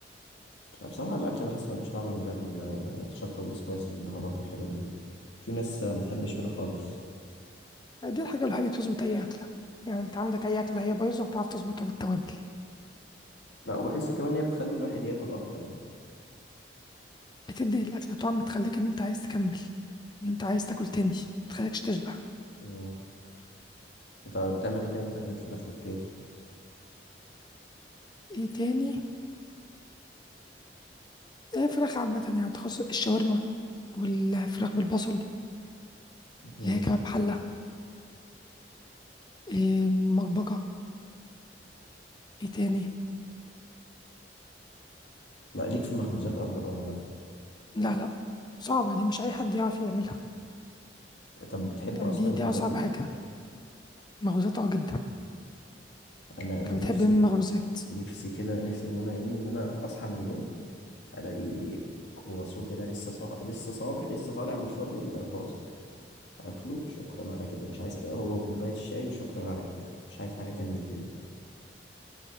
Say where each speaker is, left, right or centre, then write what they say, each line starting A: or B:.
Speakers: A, on the left; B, on the left.
A: أنا بصراحة الأكل بحس ملوش طعم من غير ال- الشطة والسبايسز والبهارات والحاجات دي في ناس ما تحبش كده خالص
B: دي الحاجة الوحيدة اللي بتظبط أي أكلة يعني أنت عندك أي أكلة هي بايظة وتعرف تظبطها بالتوابل
A: لا وبحس كمان ان هي بتخلي الواحد ياكل اكتر يعني
B: بتدي الأكلة طعم تخليك إن أنت عايز تكمل إن أنت عايز تاكل تاني متخليكش تشبع
A: مم. انت بتعمل ايه تاني غير فراخ بالكاري
B: إيه تاني إيه فراخ عامة يعني تخص الشاورما أو الفراخ بالبصل
A: مم.
B: اللي هي كباب حلة إيه مطبقة إيه تاني
A: لا ليك في المخبوزات أو ولا لا
B: لا لا صعبة دي مش أي حد يعرف يعملها
A: طب بتحب
B: يعني
A: اصلا
B: دي
A: الحاجات
B: دي أصعب
A: دي
B: حاجة مخبوزات أه جدا
A: انا انا
B: أنت بتحب
A: نفسي
B: إيه من المخبوزات
A: نفسي كده نفسي في منى عيني ان انا اصحى من النوم الاقي كرواسون كده لسه صح... لسه صابح لسه طالع من الفرن طازه اكله شكرا على كده مش عايز هو وكوبايه الشاي وشكرا على كده مش عايز حاجه تاني من الدنيا